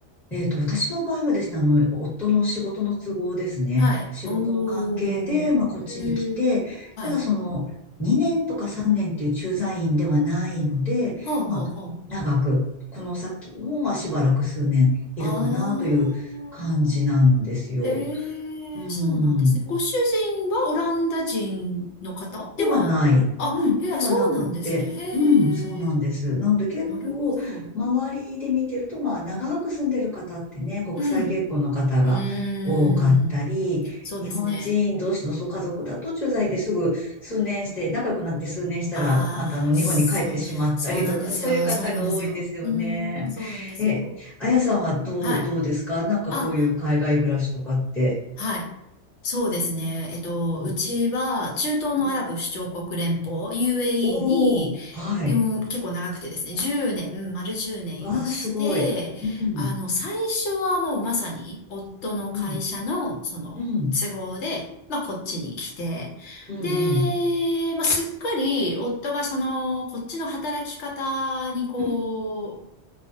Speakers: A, in the centre; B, on the left.
A: えっと、私の場合はですね、あの、やっぱ夫の仕事の都合ですね、
B: はい。
A: 仕事の関係で、
B: おー。
A: まあ、こっちに来て、
B: えーはい。
A: ただその、2年とか3年という駐在員ではないので、
B: はあ、はあ、
A: まあ、
B: は
A: 長く、この先も、まあ、しばらく数年いるかなという感じなんですよ。
B: あ。ああ。へえ、
A: う
B: そうなんですね。
A: ん。
B: ご主人はオランダ人の方では、
A: ではない。
B: あ、
A: うん、
B: へえ、
A: ではなくって、
B: そうなんですね。へえ、
A: うん、そうなんです。なので結構、
B: なるほど。
A: 周りで見てると、まあ、長く住んでる方ってね、国際結婚の方が多かったり、
B: うん。うーん。そうですね。
A: 日本人同士のそう家族だと駐在ですぐ数年して、仲良くなって数年したら、
B: ああ、
A: またあの日本に帰ってしまったりとか、
B: そう、そうなんですよ。
A: そういう方が多いんですよね。
B: そうなんですよ。うーん、そうなんですよ。
A: え、あやさんはどう、
B: はい。
A: どうですかなんかこういう海外暮らしとかって。
B: あ、はい。そうですね。えっと、
A: うん。
B: うちは中東のアラブ首長国連邦
A: うん、
B: UAE
A: おー、
B: に、
A: はい。
B: うん、結構長くてですね、10年、うん丸10年いまして、
A: わあ、すごい。うん、
B: あの、最初はもうまさに夫の会社のその都合で、
A: うん、うん、
B: まあこっちに来て、
A: うん、
B: で、
A: うん、
B: まあすっかり夫がそのこっちの働き方にこう、
A: うん、